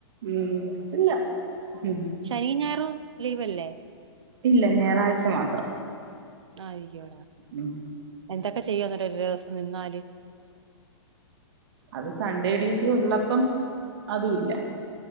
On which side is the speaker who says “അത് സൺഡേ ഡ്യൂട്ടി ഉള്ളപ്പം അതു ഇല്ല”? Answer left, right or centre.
Right